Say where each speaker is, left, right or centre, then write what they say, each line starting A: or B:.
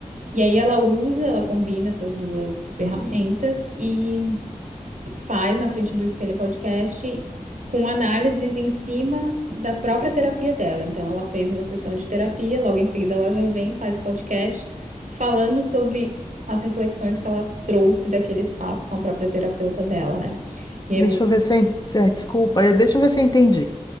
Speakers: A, on the right (about 65°); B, on the left (about 30°).
A: E aí ela usa, ela combina essas duas ferramentas e faz na frente do espelho podcast com análises em cima da própria terapia dela. Então, ela fez uma sessão de terapia, logo em seguida ela já vem, faz o podcast falando sobre as reflexões que ela trouxe daquele espaço com a própria terapeuta dela, né? E é
B: Deixa
A: muito
B: eu ver se eu, en- eh, desculpa, eu- deixa eu ver se eu entendi.